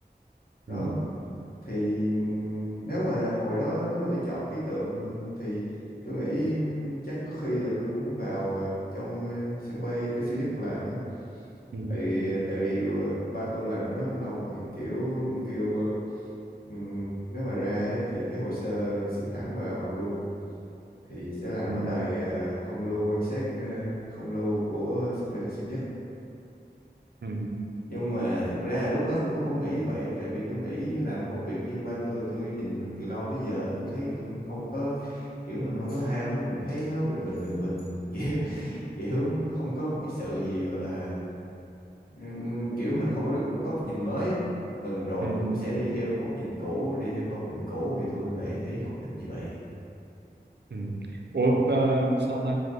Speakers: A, on the left; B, on the right.
A: đó
B: ừ
A: thì nếu mà hồi đó nếu mà tôi chọn khí tượng thì tôi nghĩ chắc có khi là tôi cũng vào à, trong à, sân bay Tân Sơn Nhất làm ấy
B: ừ
A: tại tại vì à, ba tôi làm ở đó cũng lâu rồi kiểu ông kêu à, ừm, nếu mà ra ấy, thì cái hồ sơ xin thẳng vào luôn thì sẽ làm
B: ừ
A: ở đài à, không lưu quan sát à, không lưu của sân bay Tân Sơn Nhất
B: ừ
A: nhưng mà thật ra lúc đó tôi cũng không nghĩ như vậy tại vì tôi nghĩ làm công việc như ba tôi tôi nhìn từ lâu tới giờ tôi thấy tôi không có kiểu mình không có ham á, mình thấy nó bình bình bình bình <laughs> kiểu kiểu nó không có một cái sự gì gọi là ừm, kiểu mình không có được một góc nhìn mới á mình rồi
B: ừ ừ.
A: cũng sẽ đi theo góc nhìn cũ đi theo con đường cũ thì tôi lại thấy không thích như vậy
B: Ừ. Ủa ờ, sao ta